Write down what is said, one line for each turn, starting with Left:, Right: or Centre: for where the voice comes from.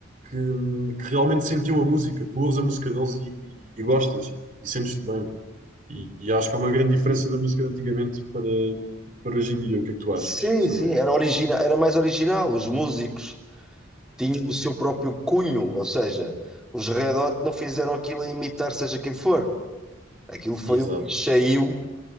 Right: que, hum, que realmente sentiam a música, tu ouves a música deles e, e- e gostas, e sentes-te bem. E, e acho que há uma grande diferença da música de antigamente para, para hoje em dia. O que é que tu achas
Centre: Sim,
Right: sobre
Centre: sim,
Right: isso?
Centre: era original, era mais original, os músicos. tinha o seu próprio cunho, ou seja, os Red Hot não fizeram aquilo a imitar seja quem for. Aquilo foi
Right: Exato.
Centre: o que lhes saiu